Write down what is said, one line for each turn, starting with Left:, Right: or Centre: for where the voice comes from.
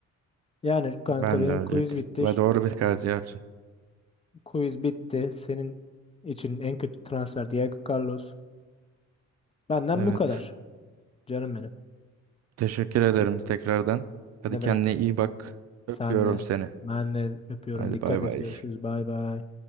Left: Yani kanka
Right: Ben
Left: benim
Right: de öyle
Left: quiz bitti.
Right: ve
Left: ş-
Right: doğru bir karar yaptım.
Left: Quiz bitti. Senin için en kötü transfer Diego Carlos. Benden
Right: Evet.
Left: bu kadar. Canım benim.
Right: Teşekkür ederim tekrardan. Hadi
Left: Ne
Right: kendine
Left: demek?
Right: iyi bak.
Left: Sen
Right: Öpüyorum
Left: de.
Right: seni.
Left: Ben de öpüyorum.
Right: Hadi
Left: Dikkat
Right: bay
Left: et.
Right: bay.
Left: Görüşürüz. Bay bay.